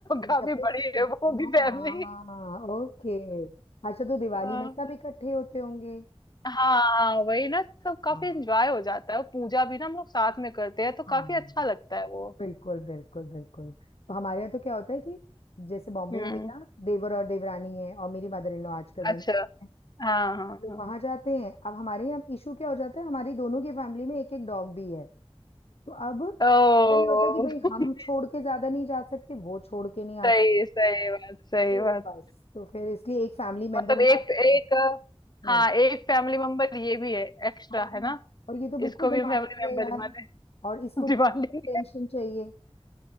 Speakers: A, on the left; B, on the left.
A: काफी
B: तब
A: बड़ी
B: तो तुम
A: है
B: तीनों
A: वो भी फैमिली
B: हाँ ओके अच्छा तो दिवाली
A: हाँ
B: में सब इकट्ठे होते होंगे
A: हाँ वही ना तो काफी
B: हाँ
A: एंजॉय हो जाता है और पूजा भी ना हम लोग साथ में करते हैं तो
B: हाँ
A: काफी अच्छा लगता है वो
B: बिल्कुल बिल्कुल बिल्कुल तो हमारे यहाँ तो क्या होता है कि जैसे बॉम्बे
A: हम्म
B: में मेरा देवर और देवरानी है और मेरी मदर इन लॉ आजकल वहीं
A: अच्छा
B: है
A: हाँ हाँ
B: हम लोग
A: हाँ
B: वहां जाते हैं अब हमारे यहाँ इशू क्या हो जाता है हमारी दोनों की फैमिली में एक एक डॉग भी है तो अब अक्सर
A: ओ
B: ये होता है कि भाई
A: <laughs>
B: हम छोड़ के ज्यादा नहीं जा सकते वो छोड़ के नहीं आ
A: सही
B: सकते
A: सही बात सही
B: तो
A: बात
B: बस तो फिर इसलिए एक फैमिली मेंबर
A: मतलब
B: हमारा
A: एक एक
B: हम्म
A: हाँ एक फैमिली मेंबर ये भी है एक्स्ट्रा
B: हाँ
A: है ना
B: और ये तो बिल्कुल
A: इसको
B: डिमांडिंग
A: भी हम फैमिली मेंबर
B: है यार
A: माने
B: और इसको
A: <laughs>
B: तो
A: डिमांडिंग
B: टेंशन चाहिए